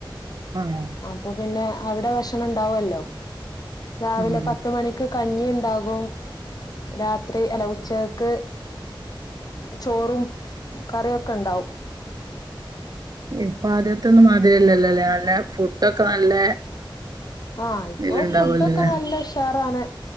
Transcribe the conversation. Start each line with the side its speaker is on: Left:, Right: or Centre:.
Right: ആഹ്
Left: അപ്പൊ പിന്നെ അവിടെ ഭക്ഷണം ഉണ്ടാവല്ലോ രാവിലെ
Right: ഉം
Left: പത്ത് മണിക്ക് കഞ്ഞി ഉണ്ടാകും രാത്രി അല്ല ഉച്ചക്ക് ചോറും കറിയൊക്കെ ഉണ്ടാവും
Right: ഇപ്പൊ ആദ്യത്തെ ഒന്നും മാതിരില്ലല്ലോ ല്ലെ നല്ല ഫുഡ് ഒക്കെ നല്ല
Left: ആഹ് ഇപ്പോ
Right: ഇതിലുണ്ടാവൂലല്ലേ
Left: ഫുഡൊക്കെ നല്ല ഉഷാറാണ്